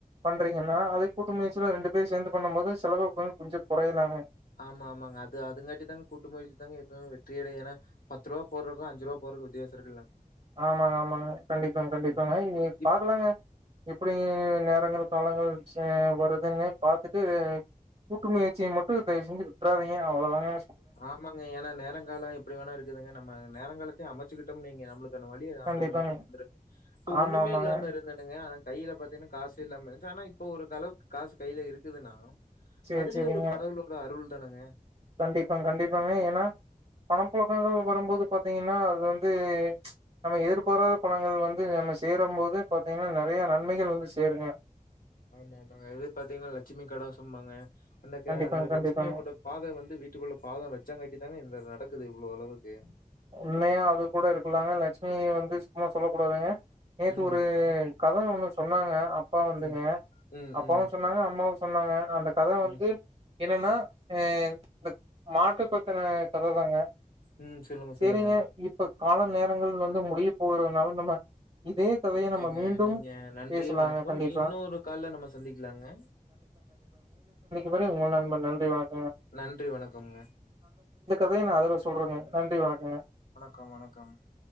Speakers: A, on the right; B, on the left.
A: பண்றீங்கண்ணா அத கூட்ட முயற்சில ரெண்டு பேர் சேந்து பண்ணும் போது செலவு கொஞ்ச கொஞ்சோ குறையலாங்க
B: ஆமா ஆமாங்க அது அதுங்கட்டி தா கூட்டுப் போயிட்டுதாங்க எப்பவு வெற்றி அடையு ஏன்னா பத்து ரூவா போறதுக்கும் அஞ்சு ரூபா போறக்கும் வித்தியாச இருக்
A: ஆமாங்க ஆமாங்க கண்டிப்பாங்க கண்டிப்பாங்க
B: ம்.
A: இனி பாக்கலாங்க எப்டிங்க நேரங்கள் காலங்கள் சே வருதுன்னு பாத்துட்டு இது கூட்டு முயற்சிய மட்டு தயவு செஞ்சு விட்டுறாதீங்க அவ்வளோ தாங்க
B: ஆமாங்க ஏன்னா நேரோ காலோ எப்டி வேணோ இருக்குதுங்க நம் நம்ம நேரம் காலத்தையு அமைச்சிக்கிட்டோம்னு வெயிங்க நம்மளுக்கு தென் வழிய
A: கண்டிப்பாங்க
B: ஆட்டோமேட்டிக்க வந்துட்டது இப்ப
A: ஆமா
B: ஒன்னுமே
A: ஆமாங்க
B: இல்லாம இருந்தேனுங்க ஆனா கையில பாத்தீங்கன்னா காசு இல்லாம இருந்துச்சு ஆனா இப்ப ஒரு அளவுக்கு காசு கையில இருக்குதுன்னா
A: சேரி
B: அதுவே
A: சேரிங்க
B: ஒரு கடவுளோட அருள் ட்டனுங்க
A: கண்டிப்பாங்க கண்டிப்பாங்க ஏன்னா பண புழக்கங்கள் வரும்போது பாத்தீங்கன்னா அது வந்து நம்ம எதிர்பாரத பலன்கள் வந்து நம்ம சேரும் போது பாத்தீங்கன்னா நறைய நன்மைகள் வந்து சேருங்க
B: ஆமா ஆமாங்க இதே பாத்தீங்கன்னா லட்சுமி கடாட்சம்பாங்க அந்த க
A: கண்டிப்பாங்க
B: அந்த
A: கண்டிப்பாங்க
B: லட்சுமி அவுங்களோட பாதோ வந்து வீட்டுக்குள்ள பாதோ வெச்சாங்கட்டி தா இந்த நடக் இருக்குது இவ்ளோ அளவுக்கு
A: உண்மையா அது கூட இருக்கலாங்க லட்சுமிய வந்து சும்மா சொல்ல கூடாதுங்க நேத்து
B: ம்,
A: ஒரு கத ஒண்ணு சொன்னாங்க அப் அப்பா வந்துங்க
B: ம், ம்,
A: அப்பாவு
B: ம்,
A: சொன்னாங்க அம்மாவு ஸ் சொன்னாங்க அந்த கத வந்து
B: ம்,
A: என்னனா அ இந்த மாட்டு பத்தின கததாங்க
B: ம் சொல்லுங்க
A: சேரிங்க
B: சொல்லுங்க
A: இப்ப கால நேரங்கள் வந்து முடிய போகிறதுனால நம்ம இதே கதைய
B: ஓகேங்க
A: நம்ம மீண்டும்
B: நீங்க நன்றி
A: பேசலாங்க
B: வணக்கம்
A: கண்டிப்பா
B: இன்னொரு கால்ல நம்ம சந்திக்கலாங்க
A: சரிங் நண்பா நன்றி வணக்கம்
B: நன்றி வணக்கம்ங்க
A: தைய நா அதுல சொல்றேங்க நன்றி வணக்கங்க
B: வணக்கம் வணக்கம்